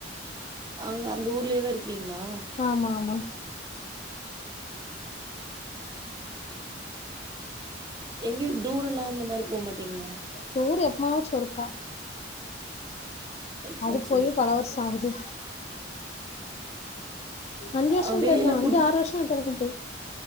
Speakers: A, on the right; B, on the left.
A: அங்க அந்த ஊர்லயேதா இருக்கீங்களா
B: ஆம ஆமா
A: எங்கயும் டூர் எல்லாம் அந்த மாரி போமாட்டீங்களா
B: டூர் எப்பமாச்சு ஒருக்கா
A: எப்பவாச்சு
B: அது போயி
A: இருக்கு
B: பல வருஷம் ஆகுது அஞ்சு வருஷம்
A: ஆ
B: கிட்ட
A: வெளியெல்லா
B: இருக்கும் அஞ்சு
A: கூட்டிட்
B: ஆறு வருஷம் கிட்ட இருக்கும் போயி